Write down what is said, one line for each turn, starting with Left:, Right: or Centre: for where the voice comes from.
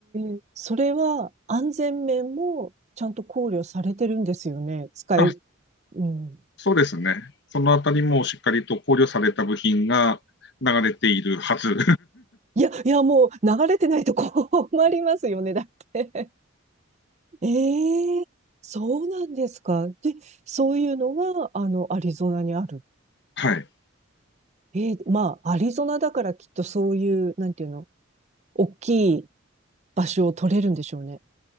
Right: え、それは安全面もちゃんと考慮されてるんですよね。使い、
Left: あ、
Right: うん。
Left: そうですね。そのあたりもしっかりと考慮された部品が流れているはず。
Right: いや、いや、もう流れてないと困りますよね、だって。ええ、そうなんですか。で、そういうのは、あの、アリゾナにある
Left: <laughs> はい。
Right: えーまあ、アリゾナだからきっとそういう、なんていうの、大きい場所を取れるんでしょうね。